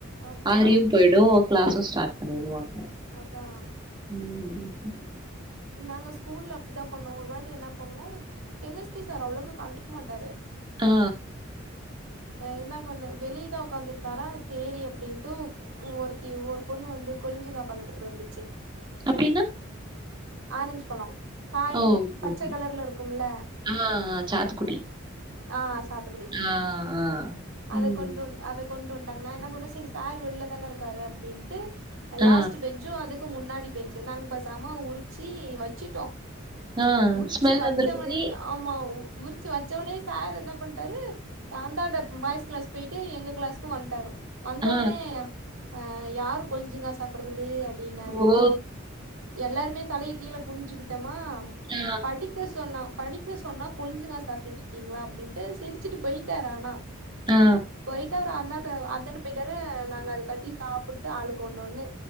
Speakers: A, on the right (about 85°); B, on the right (about 20°).
A: அதா
B: ஆரியு போயிடு கிளாஸு ஸ்டார்ட் பண்ணிடுவாங்க
A: அதா
B: ம்
A: நாங்க ஸ்கூல்ல அப்டிதா பண்ணோ ஒரு வாட்டி என்ன பண்ணோ கெமிஸ்ட்ரி சார் அவ்ளோக்கு கண்டுக்க மாட்டாரு
B: ஆ ஆ
A: என்ன பண்ணொ வெளியதா ஒக்காந்துருந்தாரா சேரி அப்டின்ட்டு ம் ஒருத்தி ஒரு பொண்ணு வந்து கொழிஞ்சங்கா பால் எடத்துட்டு வந்துச்சு
B: அப்டின்னா
A: ஆரஞ்ச் பழொ காய்ல
B: ஓ ஓகே
A: பச்ச
B: ஓகே
A: கலர்ல இருக்கும்ல
B: ஆ ஆ சாத்துக்குடி
A: ஆ சாத்துகுடி
B: ஆ ஆ
A: அத
B: ம்
A: கொண்டு வந்து அத கொண்டு வந்ட்டாங்க நா என்ன பண்ணுவே செரி சார் வெள்ல தான இருக்காரு அப்டின்ட்டு அ
B: ஆ
A: லாஸ்ட்டு பெஞ்சு அதுக்கு முன்னாடி பெஞ்சு நாங்க பெசாம உரிச்சி வச்சுட்டோ
B: ஆ
A: உறுச்சு
B: ஸ்மெல்
A: வச்சொவனே
B: வந்திருக்குமே
A: ஆமா உறுச்சு வச்சொனே சார் என்ன பண்ட்டாரு அந்தாண்ட பாய்ஸ் கிளாஸ் பொயிட்டு எங்க கிளாஸ்க்கு வந்ட்டாரு வந்தவொனே
B: ஆ
A: அ யாரு கொழிஞ்சுங்கா சாப்புடுறது அப்டின்னாரு
B: ஓ
A: எல்லாருமே தலைய கீழ குனுஞ்சுக்கிட்டமா
B: ஆ ஆ
A: படிக்க சொன்னா படிக்க சொன்னா கொழிஞ்சுங்கா சாப்ட்டுட்டு இருக்கீங்களா அப்டின்டு சிரிச்சுட்டு பொயிட்டாரு ஆனா
B: ஆ
A: போயட்டு அவர் அந்த அந்தாண்ட அந்தாண்ட பொய்ட்டாரு நாங்க அது காட்டி சாப்புட்டு ஆளுக்கு ஒன்னொன்னு